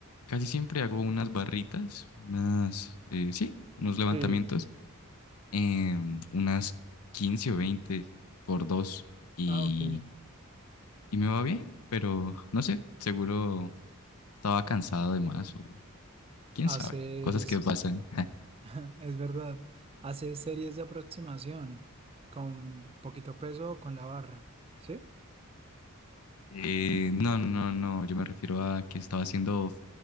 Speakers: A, on the left (about 85°); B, on the right (about 25°).
A: casi siempre hago unas barritas, unas, eh, sí, unos levantamientos,
B: sí.
A: em, unas 15 o 20 por dos y,
B: Ah, ok.
A: y me va bien, pero no sé, seguro estaba cansado de más o quién
B: Haces,
A: sabe, cosas que pasan.
B: <laughs> es verdad, haces series de aproximación con poquito peso o con la barra, ¿sí?
A: Eh, no, no, no, no, yo me refiero a que estaba haciendo